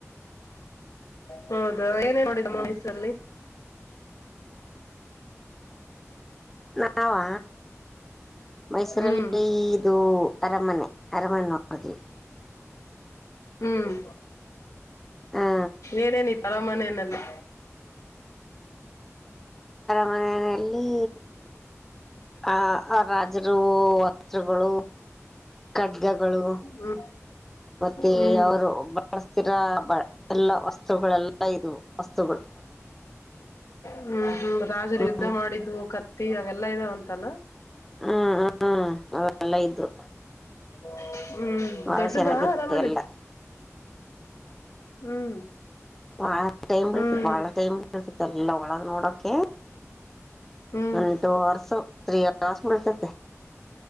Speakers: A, on the left; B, in the centre.
A: ಹೌದ ಏನೇನ್ ನೋಡಿದ್ರಿ ಸಲ್ಲಿ <unintelligible>
B: ನಾ ನಾವಾ ಮೈಸೂರಲ್ಲಿ
A: ಹ್ಮ್
B: ಇದು ಅರಮನೆ ಅರಮನೆ ನೋಡುದ್ವಿ
A: ಹ್ಮ್
B: ಹ
A: ಏನೇನ್ ಇತ್ತ ಅರಮನೆನಲ್ಲಿ
B: ಮನೆಯಲ್ಲಿ ಆ ಆ ರಾಜರು ವಸ್ತ್ರಗಳು ಖಡ್ಗಗಳು
A: ಹ್ಮ್
B: ಮತ್ತೆ
A: ಹ್ಮ್
B: ಅವರು ಬಳಸ್ತಿರಾ ಬ ಎಲ್ಲಾ ವಸ್ತುಗಳೆಲ್ಲಾ ಇದ್ವು ವಸ್ತುಗಳು
A: ಹ್ಮ್ ಹ್ಮ್ ರಾಜರು ಯುದ್ಧ
B: ಹ್ಮ
A: ಮಾಡಿದ್ದು ಖತ್ ತೀ ಅವೆಲ್ಲಾ ಇದಾವಂತಲ್ಲ.
B: ಹ್ಮ್ ಹ್ಮ್ ಅವೆಲ್ಲ ಇದ್ದು.
A: <inaudible> ಹ್ಮ್
B: ಬಹಳ
A: ದೊಡ್ಡದಾ
B: ಚೆನ್ನಾಗಿತ್ತು
A: ಅರಮನೆ.
B: ಎಲ್ಲ
A: ಹ್ಮ್
B: ಹಾ. ಟೈಮ್ ಬಿಳತು
A: ಹ್ಮ್
B: ಬಾಳ ಟೈಮ್ ಬಿಳತು ಟೈಮ್ ಎಲ್ಲ ಒಳಗ ನೋಡಕೆ
A: ಹ್ಮ್
B: one two hours three hours ಬೀಳ್ತೈತೆ